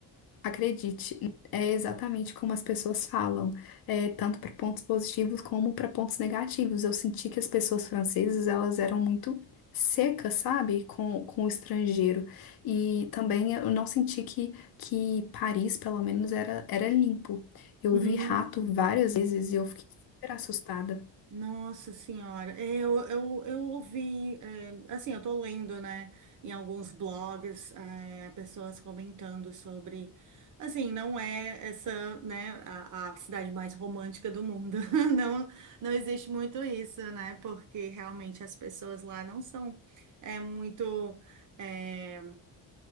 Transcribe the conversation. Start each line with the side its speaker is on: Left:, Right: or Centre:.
Left: acredite, é exatamente como as pessoas falam, é, tanto para pontos positivos como para pontos negativos. Eu senti que as pessoas francesas, elas eram muito secas, sabe? Com, com o estrangeiro. E também eu não senti que, que Paris, pelo menos, era, era limpo. Eu
Right: Uhum.
Left: vi rato várias vezes e eu fiquei super assustada.
Right: Nossa Senhora, É, eu, eu, eu ouvi, é, assim, eu tô lendo, né, em alguns blogs, é, pessoas comentando sobre, assim, não é essa, né, a, a cidade mais romântica do mundo, <laughs> não, não existe muito isso, né, porque realmente as pessoas lá não são, é, muito, é,